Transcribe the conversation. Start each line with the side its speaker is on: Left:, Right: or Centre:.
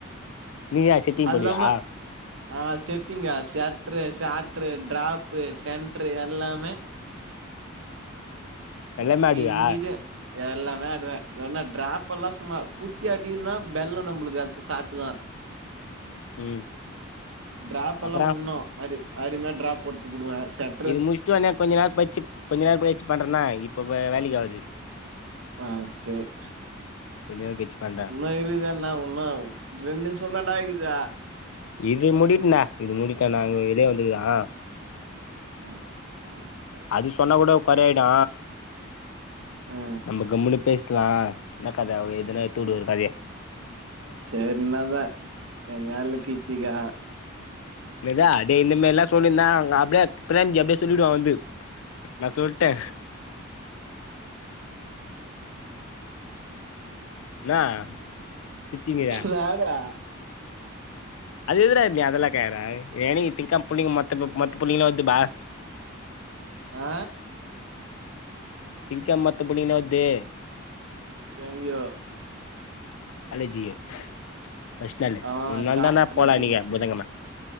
Left: நீயா செட்டிங்
Right: அது
Left: போடுவியா
Right: இல்லாம ஆ செட்டிங்கா செட்ரு சேட்ரு ட்ராப்பு சென்ட்ரு எல்லாமே
Left: எல்லாமே
Right: பின்னிருவே
Left: ஆடுவியா
Right: எல்லாமே ஆடுவே சொன்னா டிராப்பெல்லா சும்மா குத்தி அடின்னா வெல்லோ நம்ப்ளுக்கு அது சாட்டுதா
Left: ம்
Right: <unintelligible> டிராப்பெல்லா
Left: அப்பறோ
Right: ஒன்னு அரு அருமையா டிராப் போட்டுப்புடுவே செட்
Left: இது முச்ட்டோன்னே கொஞ்ச நேரோ பச்சு கொஞ்ச நேரோபச்சு பண்றேனா இப்ப வே வேலைக்கி ஆவாது
Right: ஆ சேர்
Left: கொஞ்ச நேரோ கழிச்சு பண்றே
Right: உன்னு இருக்குத இன்னு ஒன்னு ரெண்ட் நிம்ஷோ தாண்டா இக்குது
Left: இது முடிட்டுடா இது முடிக்க நாங் வெளியே வந்துக்குலா
Right: அ அ
Left: அது சொன்னா கூட கொறயாயிடு
Right: ஆ
Left: நம்ப கம்முன்னு பேசிக்லா என்னா கத எதுனா எடுத்துடுவ கதய
Right: சேர் இன்னாத எங்காளு கித்திக்கா
Left: என்னதா டேய் இந்த மாரில்லா சொல்லிருந்தா ஆங் அப்டியே பிரேம்ஜி அப்டியே சொல்லிடுவா வந்து நா சொல்ட்டே என்னா சிரிச்சீங்கிற
Right: நா டா
Left: அது எதுரா நீ அதெல்லா கேக்ர எனிக்கு திங்கம் புள்ளிங்க மத்த மத்த புள்ளிங்ளா வருது பா
Right: ஆ
Left: இதுக்கா மத்த புள்ளைங்லா வர்து
Right: தேங்க்யூ
Left: காலேஜுக்கு ஃபர்ஸ்ட் நாளு
Right: ஆ
Left: மூண்ணாள்தாண்டா
Right: காலேஜ்
Left: போல அன்னிக்கி புதன்கெழம